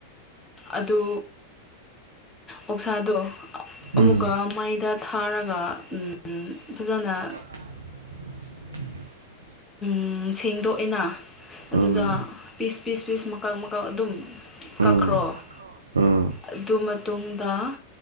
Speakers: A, on the left; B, on the right.
A: ꯑꯗꯨ ꯑꯣꯛꯁꯥꯗꯣ ꯑꯃꯨꯛꯀ
B: ꯎꯝ
A: ꯃꯩꯗ ꯊꯥꯔꯒ ꯎꯝ ꯐꯖꯅ
B: <unintelligible>
A: ꯎꯝ ꯁꯦꯡꯗꯣꯛꯑꯦꯅ ꯑꯗꯨꯗ
B: ꯎꯝ
A: ꯄꯤꯁ ꯄꯤꯁ ꯄꯤꯁ ꯃꯀꯛ ꯃꯀꯛ ꯑꯗꯨꯝ ꯀꯛꯈ꯭ꯔꯣ
B: ꯎꯝ ꯎꯝ
A: ꯑꯗꯨ ꯃꯇꯨꯡꯗ